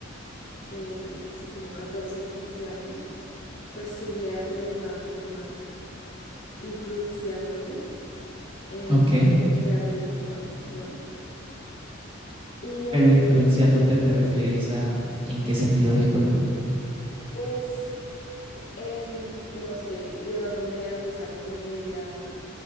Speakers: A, on the left; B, on the right.
A: eh, sí, como 14 15 años, pues seguía de alguna forma influenciándome en,
B: Ok,
A: en la religión, ¿no? Y oye,
B: pero influenciándote te refieres a, ¿en qué sentido? Discúlpame.
A: pues, em, no sé, llevándome a misa con ella,